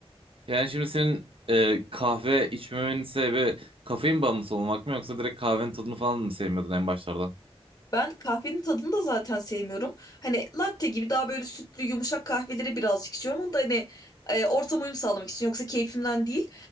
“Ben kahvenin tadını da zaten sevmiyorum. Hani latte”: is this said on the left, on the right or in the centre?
Left